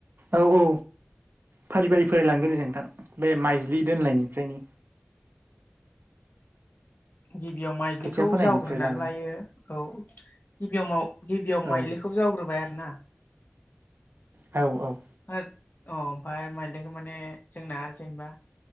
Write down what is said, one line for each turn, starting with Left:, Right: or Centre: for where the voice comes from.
Right: औ औ फारि फारि फरायलांगोन
Left: औ
Right: दे नोंथां बे माइज्लि दोननायनिफ्रायनो
Left: गिबियाव माइ्लिखौ
Right: खोथिया फोनायनिफ्राय
Left: जग्रोनानै
Right: लानानै
Left: लायो औ गिबियाव माव गिबियाव माइलिखौ
Right: औ
Left: जावग्रोबाय आरो ना
Right: औ औ
Left: होद अ ओमफाय माइलिखौ माने जोंना जेनेबा